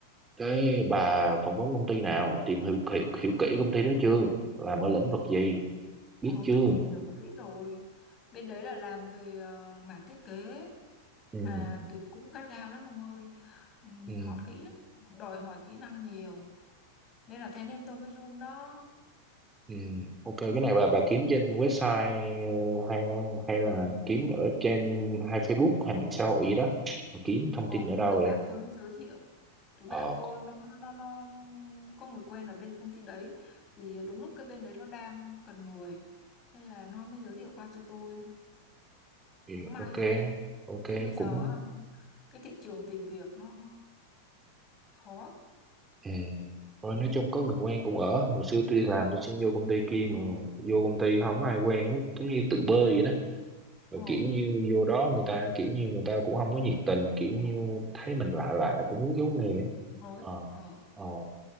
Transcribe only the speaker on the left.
Ồ,
tôi tìm hiểu kỹ rồi. Bên đấy là làm về ờ, mảng thiết kế
mà tuyển cũng gắt gao lắm ông ơi Ừm,
họ kỹ lắm họ đòi hỏi kỹ năng nhiều nên là thế nên tôi mới run đó
Ồ,
cái
này
đứa
bạn tôi nó giới thiệu đứa
bạn tôi nó nó nó nó có người quen ở bên công ty đấy thì đúng lúc cái bên đấy nó đang cần người thế là nó mới giới thiệu qua cho tôi
cũng may
chứ bây giờ
á, cái thị trường tìm việc nó khó
ồ
mới
ờ